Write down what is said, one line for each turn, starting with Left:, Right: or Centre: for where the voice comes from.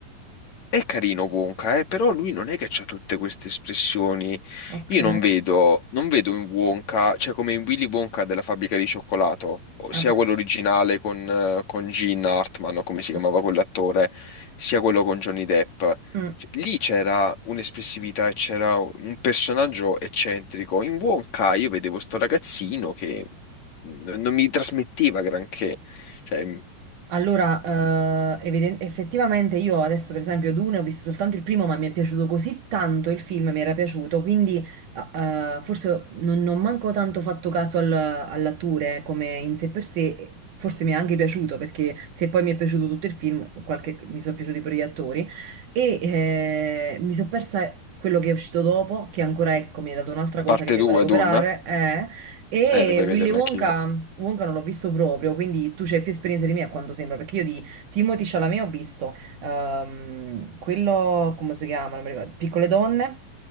Left: È carino Wonka, eh, però lui non è che ha tutte queste espressioni.
Right: ok,
Left: Io non vedo, non vedo in Wonka, cioè come in Willy Wonka della fabbrica di cioccolato, o
Right: vabbè.
Left: sia quello originale con, eh, con Gene Hartman, o come si chiamava
Right: Mm,
Left: quell'attore, sia quello con Johnny Depp.
Right: mm.
Left: Cioè, lì c'era un'espressività e c'era un personaggio eccentrico. In Wonka io vedevo sto ragazzino che n- non mi trasmetteva granché. Cioè, m-
Right: Allora, eh, eviden- effettivamente io adesso per esempio Dune ho visto soltanto il primo, ma mi è piaciuto così tanto il film, mi era piaciuto, quindi eh, forse non, non manco tanto fatto caso al- all'attore come in sé per sé, forse mi è anche piaciuto perché se poi mi è piaciuto tutto il film, qualche- mi sono piaciuti pure gli attori e eh, mi sono persa quello che è uscito dopo, che ancora ecco mi ha dato un'altra cosa
Left: parte
Right: che devo
Left: 2,
Right: recuperare,
Left: Dun,
Right: e
Left: eh, dovrei
Right: Willy
Left: vederlo
Right: Wonka,
Left: anch'io.
Right: Wonka non l'ho visto proprio, quindi tu c'hai più esperienza di me a quanto sembra, perché io di Timothy Chalamet ho visto ehm, quello, come si chiama, non mi ricordo, Piccole donne,